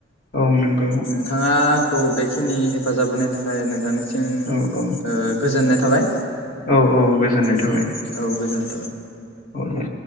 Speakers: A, on the left (about 45°); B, on the left (about 85°).
A: औ नंगौ
B: नोंथाङा आं खौ बेखिनि हेफाजाब होनायनि थाखाय नोंथांनिसिम
A: औ औ
B: ओ गोजोननाय थाबाय।
A: औ औ गोजोननाय थाबाय
B: औ औ गोजोन
A: औ दे।